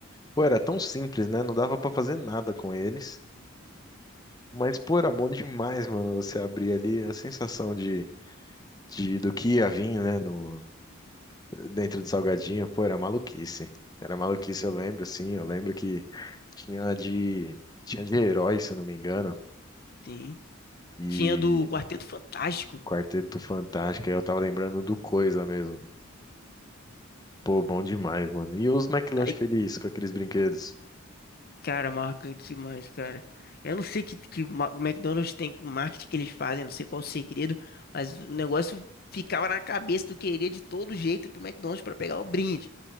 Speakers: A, on the left (about 20°); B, on the left (about 45°).
A: Pô, era tão simples, né? Não dava pra fazer nada com eles. Mas, pô, era bom demais, mano, você abrir ali a sensação de, de do que ia vir, né, no, dentro do salgadinho. Pô, era maluquice. Era maluquice, eu lembro, sim. Eu lembro que tinha de, tinha de herói, se eu não me engano.
B: Sim.
A: E
B: Tinha do Quarteto Fantástico.
A: Quarteto Fantástico, aí eu tava lembrando do Coisa mesmo. Pô, bom demais, mano. E os McLanche
B: Aí,
A: Feliz com aqueles brinquedos.
B: cara, marcante demais, cara. Eu não sei que, que ma- o McDonald's tem com marketing que eles fazem, não sei qual o segredo, mas o negócio ficava na cabeça, tu queria de todo jeito ir pro McDonald's pra pegar o brinde.